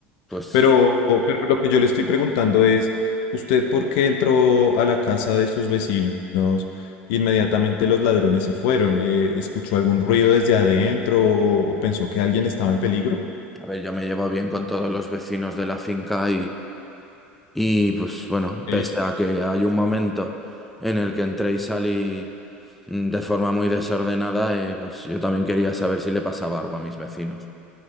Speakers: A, in the centre; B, on the left.
A: Pues,
B: Pero, pero lo que yo le estoy preguntando es, ¿usted por qué entró a la casa de sus vecinos? Inmediatamente los ladrones se fueron. Eh, ¿escuchó algún ruido desde adentro o, o pensó que alguien estaba en peligro?
A: a ver, yo me llevo bien con todos los vecinos de la finca Y pues bueno,
B: Sí.
A: pese a que hay un momento en el que entré y salí mm, de forma muy desordenada, eh, pues yo también quería saber si le pasaba algo a mis vecinos.